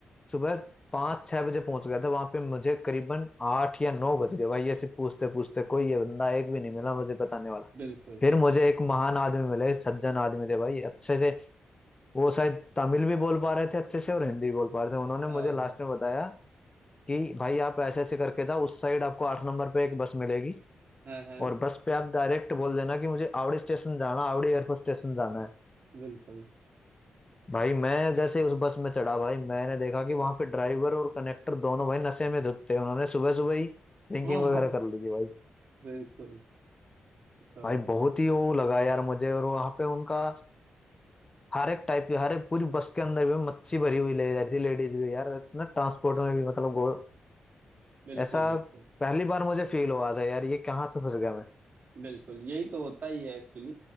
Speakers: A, on the left; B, on the right.
A: सुबह पाँच छह बजे पहुंच गया था वहां पे मुझे करीबन आठ या नौ बज गए भाई ऐसे पूछते पूछते कोई ये बंदा एक भी नहीं मिला मुझे बताने वाला
B: बिल्कुल
A: फिर मुझे एक महान आदमी मिले सज्जन आदमी थे भाई अच्छे से वो शायद तमिल भी बोल पा रहे थे अच्छे से और हिंदी भी बोल पा रहे थे उन्होंने
B: हाँ
A: मुझे लास्ट में बताया कि भाई आप ऐसे ऐसे करके जाओ उस साइड आपको आठ नंबर पे एक बस मिलेगी
B: हाँ हाँ
A: और बस पे आप डायरेक्ट बोल देना कि मुझे आवड़ी स्टेशन जाना आवड़ी एयरफोर्स स्टेशन जाना है
B: बिल्कुल
A: भाई मैं जैसे ही उस बस में चढ़ा भाई मैंने देखा कि वहां पे ड्राइवर और कनेक्टर दोनों भाई नशे में धुत थे उन्होंने सुबह सुबह ही ड्रिंकिंग
B: <laughs>
A: वगैरह
B: हाँ
A: कर ली थी भाई
B: बिल्कुल हाँ
A: भाई बहुत ही वो लगा यार मुझे और वहां पे उनका हर एक टाइप की हर एक पूरी बस के अंदर भी मच्छी भरी हुई ले जा रही थी लेडीज भी यार इतना ट्रांसपोर्ट में भी मतलब गो-
B: बिल्कुल
A: ऐसा
B: बिल्कुल
A: पहली बार मुझे फील हुआ था यार ये कहाँ पे फंस गया मैं
B: बिल्कुल यही तो होता ही है एक्चुअली